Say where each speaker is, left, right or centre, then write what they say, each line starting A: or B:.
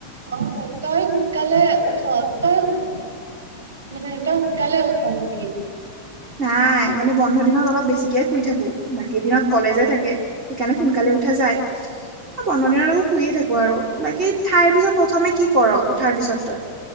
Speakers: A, on the right; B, on the right.
A: অ', তই সোনকালে উঠ। তই সোন মানে তই সোনকালে উঠ নেকি?
B: নাই মানে বন্ধ দিনত অলপ বেছিকে শুই থাকো। বাকী দিনত কলেজে থাকে। সেইকাৰণে সোনকালে উঠা যায়। অ', বন্ধ দিনত আকৌ শুয়ে থাকো আৰু। বাকী ঠাইৰ পিছত প্ৰথমে কি কৰ উঠাৰ পিছত তই?